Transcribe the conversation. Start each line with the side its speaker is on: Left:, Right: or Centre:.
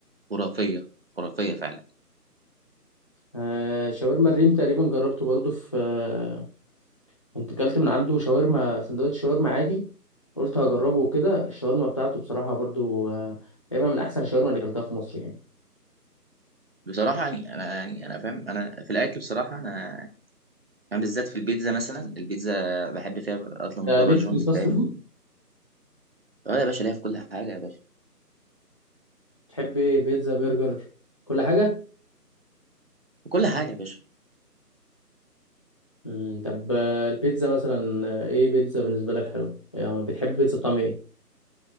Right: خرافيه خرافيه فعلا
Left: آه شاورما الريم تقريبا جربته برضو في آه كنت كلت من عنده شاورما سندوتش شاورما عادي قلت هجربه وكده الشاورما بتاعته بصراحه برضو آه تقريبا من احسن الشاورما اللي كلتها في مصر يعني
Right: بصراحة يعني أنا يعني أنا فاهم أنا في الأكل بصراحة أنا أنا بالذات في البيتزا مثلا البيتزا بحب فيها أطلب من
Left: آه
Right: بابا
Left: ليك
Right: جونز
Left: في الفاست
Right: فاهم
Left: فود
Right: أه يا باشا ليها في كل حاجة يا باشا
Left: تحب بيتزا برجر كل حاجه
Right: في كل حاجة يا باشا
Left: مم، طب آه، البيتزا مثلا آه، ايه بيتزا بالنسبة لك حلو يعني بتحب بيتزا بطعم ايه